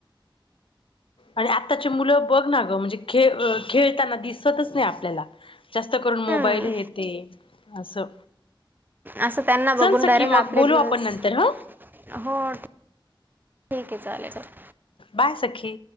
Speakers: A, on the left (about 85°); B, on the right (about 20°).
A: आणि आत्ताचे मुलं बघ ना ग म्हणजे खेळ अं खेळताना दिसतच नाही आपल्याला. जास्त करून मोबाईल
B: हम्म
A: येते असं
B: असं त्यांना बघून
A: चल सखी
B: डायरेक्ट
A: मग
B: आपले
A: बोलू
B: दिवस
A: आपण नंतर ह
B: हो ठीक आहे चालेलचाल
A: बाय सखी.